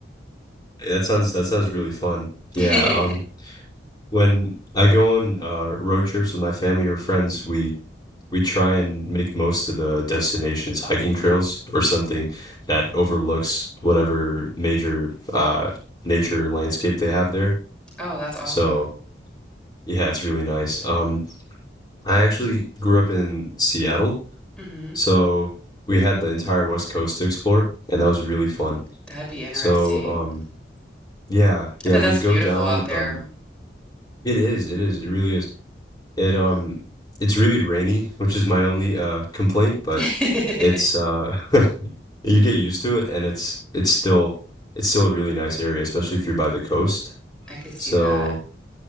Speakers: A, on the left (about 20°); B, in the centre.
A: Hey, that sounds that sounds really fun. Yeah,
B: <laughs>
A: um, when I go on uh road trips with my family or friends, we we try and make most of the destinations hiking trails or something that overlooks whatever major uh, nature landscape they have there.
B: Oh, that's awesome.
A: So yeah, it's really nice. Um, I actually grew up in Seattle,
B: hmm
A: so we had the entire West Coast to explore, and that was really fun.
B: That'd be interesting.
A: So um, yeah, yeah,
B: I bet
A: we'd
B: that's
A: go
B: beautiful
A: down.
B: out there.
A: Um, it is, it is, it really is. It um,
B: Wow.
A: it's really rainy, which is my only uh complaint,
B: <laughs>
A: but
B: I
A: it's uh You get used to it, and it's it's still it's still a really nice area, especially if you're by the coast.
B: could see
A: So
B: that.